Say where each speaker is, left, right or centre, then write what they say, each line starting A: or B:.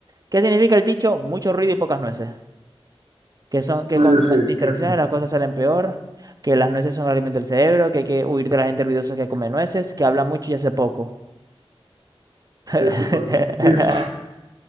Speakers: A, on the right; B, on the right.
A: ¿Qué significa el dicho? Mucho ruido y pocas nueces. Que son, que
B: Ah,
A: con
B: yo sé
A: las distracciones
B: que es.
A: las cosas salen peor que las nueces son el alimento del cerebro, que hay que huir de la gente ruidosa que come nueces, que habla mucho y hace poco.
B: Yo
A: <laughs>
B: sé cuál. Es.